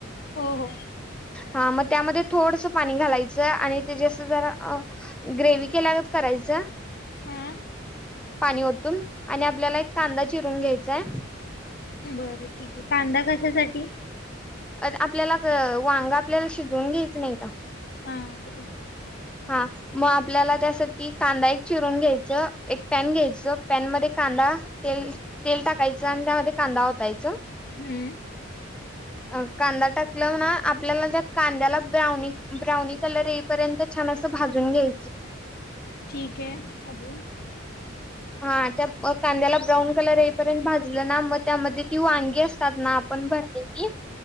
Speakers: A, on the left; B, in the centre.
A: हो हो
B: हा मग त्यामध्ये थोडसं पाणी घालायचं आणि ते जसं जरा ग्रेवी केल्यागत करायचं.
A: हा
B: णी ओतून आणि आपल्याला एक कांदा चिरून घ्यायचाय
A: बर ठीक आहे कांदा कशासा ठी
B: आ आपल्याला वांग आपल्याला शिजवून घ्यायचं नाही का?
A: हा <unintelligible>
B: हा मग आपल्याला त्यासाठी कांदा एक चिरून घ्यायचं एक पॅन घ्यायचं पॅन मध्ये कांदा तेल तेल टाकायचं आणि त्यामध्ये कांदा ओतायचं
A: हम्म
B: अ कांदा टाकल्यावर ना आपल्याला त्या कांद्याला ब्राऊनी ब्राऊनी कलर येईपर्यं ते छान अस भाजून घ्याय
A: ठीक आहे अजून
B: हा त्या कांद्याला ब्राऊन कलर येईपर्यंत भाजलं ना मग त्यामध्ये ती वांगी असतात ना आपण भरलेली